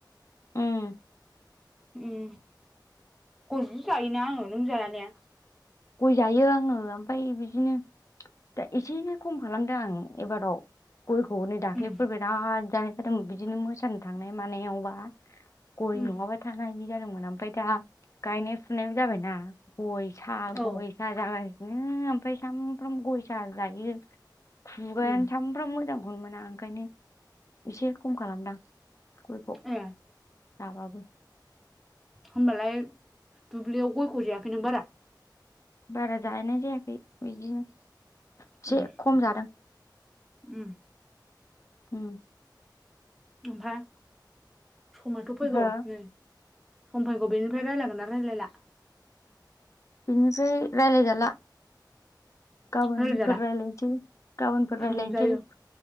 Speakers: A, on the left; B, in the centre.
A: ओम
B: उम गय जिजायो ना आङो नों जायाने
A: गय जायो आङो ओमफाय बिदिनो दा एसे खम खालामदों आं एबाराव गयखौ नै दाख्लैफोर
B: उम
A: बिराद जानाय जादोंमोन बिदिनो मोसानो थांनाय मानायावबा गय
B: उम
A: नङाबा थानो हायि जादोंमोन ओमफाय दा गायनाय फुनायबो जाबायना गय सा
B: औ
A: गय, सा जागासिनो ओमफाय सामफ्रामबो गय, सा जायो। खुगायानो
B: उम
A: सामफ्रामबो मोजांखौनो मोना ओंखायनो एसे खम खालामदां। गयखौ‌
B: ए
A: जाबाबो।
B: होमबालाय दुब्लियाव गयखौ जायाखै नों बारा?
A: बारा जाहैनाय जायाखै बिदिनो एसे
B: उम
A: खम जादों।
B: उम
A: उम
B: ओमफाय समाथ' फैगौ
A: हो
B: नै सम फैगौ बेनिफ्राय रायलायगोना रायलायला?
A: बेनिफ्राय रायलाय जाला। गाबोनफोर
B: रायलायजाला
A: रायलायसै गाबोनफोर रायलायनोसै
B: उम जायो